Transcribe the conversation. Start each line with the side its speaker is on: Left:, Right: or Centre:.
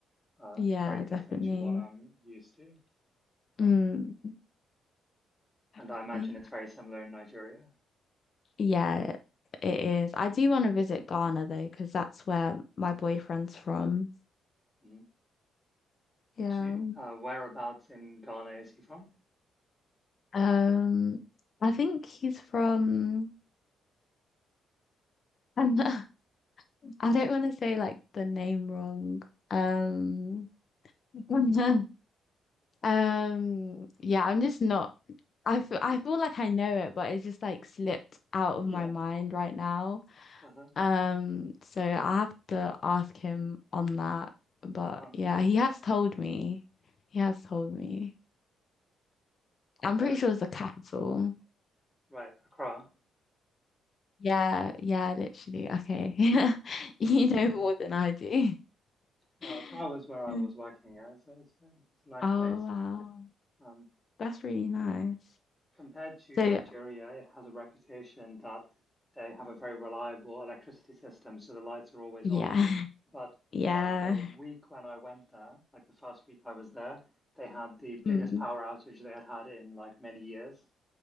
Centre: uh,
Left: Yeah,
Centre: very different
Left: definitely.
Centre: to what I'm used to, uh,
Left: Mm. Definitely.
Centre: and I imagine it's very similar in Nigeria.
Left: Yeah, it is. I do want to visit Ghana though, because that's where my boyfriend's from.
Centre: hmm
Left: Yeah.
Centre: Do you, uh, whereabouts in Ghana is he from?
Left: Um, I think he's from <laughs> I don't want to say like the name wrong. Um <laughs> Um, yeah, I'm just not. I feel, I feel like I know it, but it's just like slipped out of
Centre: Yeah.
Left: my mind right now.
Centre: Uh-huh.
Left: Um, so I have to ask him on that. But
Centre: Uh-huh.
Left: yeah, he has told me. He has told me. I'm
Centre: Yes,
Left: pretty sure it's the capital.
Centre: right, Accra.
Left: Yeah, yeah, literally. Okay. <laughs> You know more than I do.
Centre: Yeah,
Left: <laughs>
Centre: Accra was where I was working Yeah, It's, it's, uh, it's a nice
Left: Oh,
Centre: place.
Left: wow.
Centre: Um,
Left: That's really nice.
Centre: compared to
Left: So,
Centre: Nigeria, it has a reputation that they have a very reliable electricity system, so the lights are always
Left: yeah.
Centre: on.
Left: <laughs>
Centre: But
Left: Yeah.
Centre: uh, the week when I went there, like the first week I was there, they had the biggest
Left: Mm.
Centre: power outage they had had in like many years.